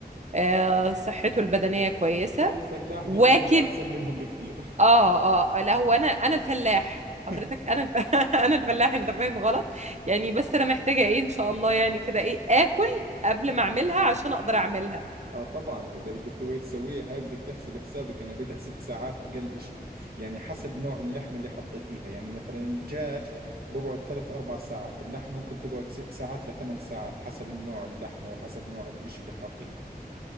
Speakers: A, on the right; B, on the right.
A: آه صحته البدنية كويسة
B: او فلاح
A: واكل
B: بيخدمك احسن منهم بكثير
A: اه اه لا هو أنا أنا الفلاح حضرتك
B: <laughs>
A: أنا الف... <laughs> أنا الفلاح أنت فاهم غلط يعني بس أنا محتاجة إيه إن شاء الله يعني كده إيه آكل قبل ما أعملها عشان أقدر أعملها
B: اه طبعا اذا بدك تقعد تسويها هاي بدك تحسب حسابك انها بدها ست ساعات اقل اشي يعني حسب نوع اللحمه اللي حطيتيها يعني مثلا الدجاج بقعد ثلاث اربع ساعات اللحم ممكن تقعد ست ساعات لثمان ساعات حسب النوع اللحمه وحسب نوع الاشي اللي حطيته